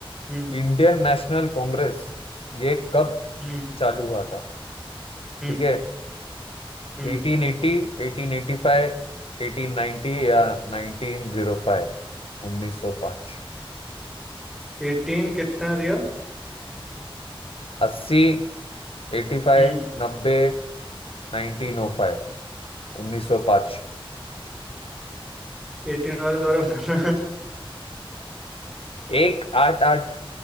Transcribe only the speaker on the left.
इंडियन नेशनल कांग्रेस ये कब
चालू हुआ था
ठीक है
1880 1885 1890 या 1905 1905
अस्सी एटी फाइव
नब्बे नाइनटीन ओ फाइव उन्नीस सौ पाँच
एक आठ आठ